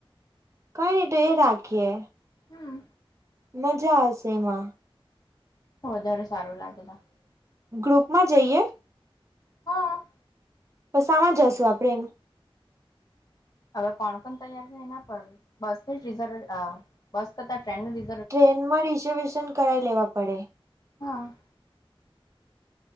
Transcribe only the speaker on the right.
કઈ ની ત એ રાખીએ.
મજા આવશે એમાં.
ગ્ળુપમાં જઈએ?
સામાં જશું આપડણે એમ?
ટ્રેનમાં રિઝર્વેશન કરાવી લેવા પડે.